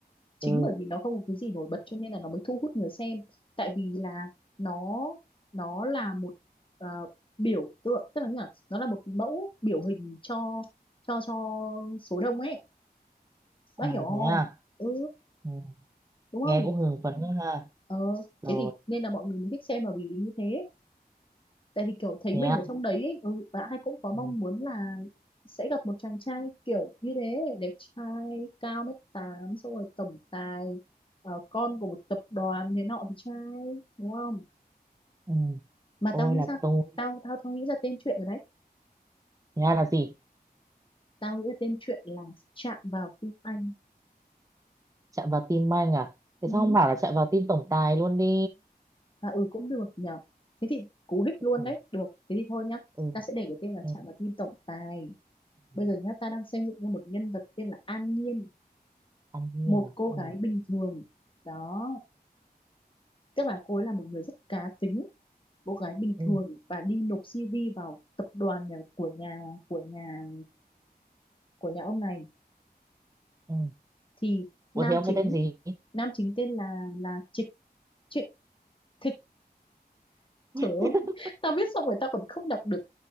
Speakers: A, on the left; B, on the right.
A: chính
B: ừ
A: bởi vì nó không có cái gì nổi bật cho nên là nó mới thu hút người xem tại vì là nó nó là một ờ, biểu tượng tức là như là nó là một mẫu biểu hình cho cho cho số đông ấy bác
B: à
A: hiểu không
B: thế à
A: ừ
B: ừ.
A: đúng không
B: nghe cũng hưng phấn
A: Ừ.
B: ha
A: ờ
B: rồi
A: thế thì nên là mọi người mới thích xem là vì vì như thế tại vì kiểu thấy
B: thế
A: mình
B: à?
A: ở trong đấy ấy, ừ, và ai cũng có mong
B: Ừ.
A: muốn là sẽ gặp một chàng trai kiểu như thế đẹp trai cao mét tám xong rồi tổng tài ờ, con của một tập đoàn thế nọ thì trai đúng không
B: Ừ.
A: mà
B: Tôi
A: tao nghĩ
B: là
A: ra
B: tôi
A: tao tao tao nghĩ ra tên chuyện rồi đấy
B: Thế ra là gì
A: tao nghĩ ra tên chuyện là chạm vào tim anh
B: chạm vào tim anh à thế
A: ừ.
B: sao không bảo là chạm vào tim tổng tài luôn đi
A: và ừ cũng được nhở thế thì cú hích luôn
B: ừ.
A: đấy được thế thì thôi nhá
B: Ừ.
A: ta sẽ để cái tên là
B: Ừ.
A: chạm vào tim tổng tài
B: ừ.
A: bây giờ nhá ta đang xây dựng ra một nhân vật tên là An Nhiên
B: An Nhiên
A: một
B: à
A: cô gái
B: ừ.
A: bình thường đó tức là cô ấy là một người rất cá tính cô gái bình
B: Ừ.
A: thường và đi nộp CV vào tập đoàn nhà của nhà của nhà của nhà ông này
B: Ừ.
A: thì nam
B: Ủa thế ông
A: chính
B: cái tên gì
A: nam chính tên là là Trịch Trịch Thịch trời
B: <laughs>
A: ơi <laughs> tao viết xong rồi tao còn không đọc được